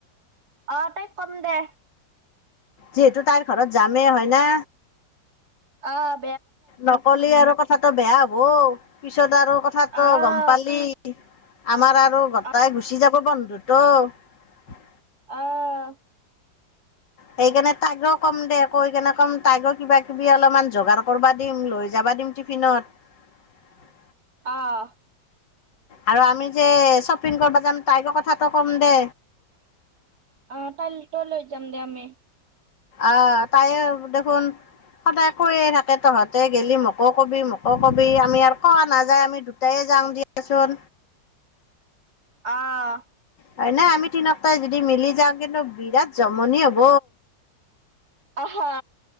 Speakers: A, on the right; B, on the left.
A: তাতে কম দে
B: যিহেতু তাইৰ ঘৰত যামেই হয় নে?
A: অ
B: ন'কলি আৰু কথা ত বেয়া হ'ব পিছত আৰু কথাাতো
A: আহ
B: গম পালি আমাৰ আৰ আৰু গোটাই
A: আহ
B: গুচি যাব বন্ধু ত্ব
A: আহ
B: সেইকাৰণে তাইকও কম দে কৈ কেণে কম তাইকও কিবা কিবি অলপমান যোগাৰ কৰ'বা দিম লৈ যাবা দিম টিফিনত।
A: অহ
B: আৰু আমি যে শ্বপিং কৰবা যাম তাইকো কথাটো ক'ম দে
A: আহ তাই তই লৈ যাম দে আমি
B: আহ তাইও দেখোন সদায় কৈয়ে থাকে তহঁতে গেলি মোকো কবি মোকো কবি আমি আৰু কোৱা নাযায় আমি দুটাই যাম দিয়াচোন।
A: অহ
B: হয় না আমি তিনক্তাই যদি মিলি যাওঁ কিন্তু বিৰাট জমনি হ'ব।
A: আহ হা